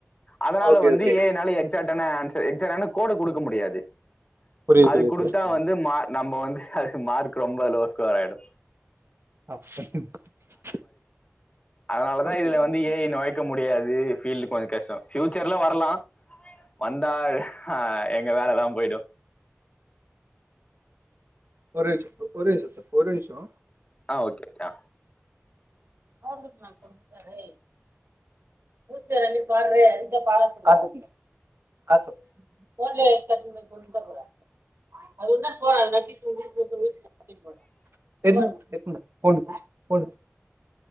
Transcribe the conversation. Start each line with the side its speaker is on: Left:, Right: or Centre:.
Left: அதனால
Right: ஓகே
Left: வந்து
Right: ஓகே
Left: ஏனால எக்ஸாக்டான ஏன்சர் எக். சரான கோடு கொடுக்க முடியாது.
Right: புரியுது
Left: அது
Right: புரியுது
Left: கொடுத்தா
Right: புரியுது புரியுது
Left: வந்து மா நம்ம வந்து. அது மார்க் ரொம்ப லோஸ்சா ஆயிடு.
Right: <unintelligible>
Left: அதனாலதா
Right: ஓகே
Left: இதுல
Right: ப்ரோ
Left: வந்து
Right: ஓகே
Left: ஏஐ நொழைக்க முடியாது ஃபீல்டு கொஞ்சோ கஷ்டோ. புயூச்சர்ல வரலா வந்தா ஹ எங்க வேலதா போயிடு.
Right: ஒரு நிம்சோ ஒரே நிம்சோ சார். ஒரு நிம்ஷோ.
Left: ஆஹ ஓகேட்டா.
Right: <unintelligible>